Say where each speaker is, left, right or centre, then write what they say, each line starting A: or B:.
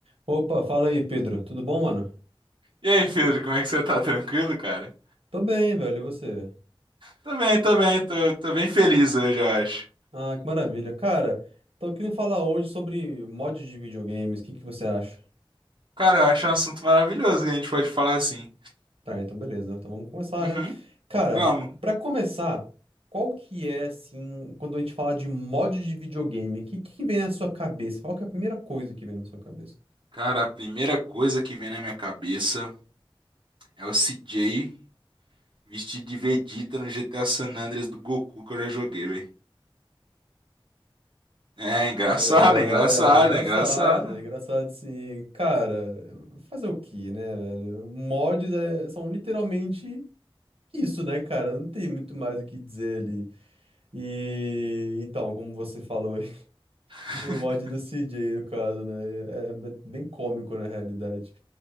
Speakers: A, on the right; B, on the right.
A: Opa, fala aí, Pedro. Tudo bom, mano?
B: E aí, Pedro, como é que você tá? Tranquilo, cara?
A: Tô bem, velho. E você?
B: Tô bem, tô bem, tô, tô bem feliz hoje, eu acho.
A: Ah, que maravilha. Cara, tô querendo falar hoje sobre mods de videogames. O que que você acha?
B: Cara, eu acho um assunto maravilhoso que a gente pode falar assim.
A: Tá, então beleza. Então vamos começar,
B: Uhum,
A: né? Cara,
B: vamos.
A: pra começar, qual que é, assim, quando a gente fala de mod de videogame, o que que vem na sua cabeça? Qual que é a primeira coisa que vem na sua cabeça?
B: Cara, a primeira coisa que vem na minha cabeça é o CJ vestido de Vegeta no GTA San Andreas do Goku que eu já joguei, velho. É engraçado,
A: É,
B: é engraçado,
A: é engraçado,
B: é engraçado.
A: é engraçado sim. Cara, fazer o quê, né, velho? Mods é- são literalmente Isso, né, cara? Não tem muito mais o que dizer ali. E então, como você falou aí, <laughs>
B: <laughs>
A: do mod do CJ, no caso, né? É é bem cômico na realidade.